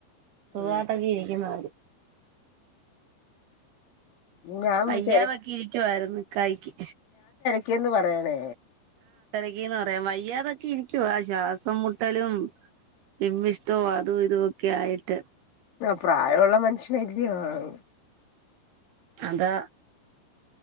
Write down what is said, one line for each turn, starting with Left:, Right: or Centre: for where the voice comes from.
Right: സുഖായിട്ടൊക്കെ
Left: ഉം
Right: ഇരിക്കുന്നവര്
Left: ഞാൻ
Right: വ
Left: തെര
Right: യ്യാതൊക്കെ ഇരിക്കുവായിരുന്നു ഇ ക്കായ്ക്ക്
Left: ക്ക്ന്ന്‌ പറയണേ
Right: യെന്ന് പറയാ വയ്യാതൊക്കെ ഇരിക്കുവോ ആ ശ്വാസം മുട്ടലും വിമ്മിഷ്ടവും അതും ഇതുംഒക്കെആയിട്ട്
Left: പ്രായമുള്ള മനുഷ്യനല്ലയോ ആൾ
Right: അതാ